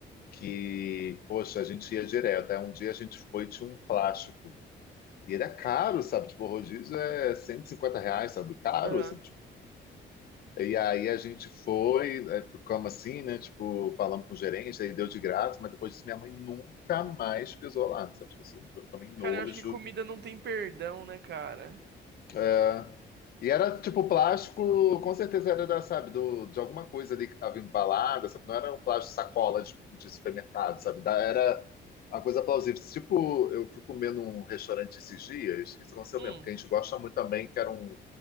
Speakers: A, on the left; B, on the right.
A: que, poxa, a gente ia direto. Aí um dia a gente foi e tinha um plástico. E ele é caro, sabe? Tipo, o rodízio é 150 reais, sabe? Caro,
B: Uma...
A: sabe? Tipo, e aí a gente foi, é, ficamos assim, né? Tipo, falamos com o gerente, aí deu de graça, mas depois disso minha mãe nunca mais pisou lá, sabe? Tipo assim, eu tomei nojo,
B: Cara, eu acho que comida não tem perdão, né, cara?
A: É. E era tipo plástico, com certeza era da, sabe, do, de alguma coisa ali que estava embalada, sabe? Não era um plástico sacola de, de supermercado, sabe? Da- Era uma coisa plausível. Tipo, eu fui comer num restaurante esses dias, isso aconteceu
B: Hum,
A: mesmo, porque a gente gosta muito também, que era um.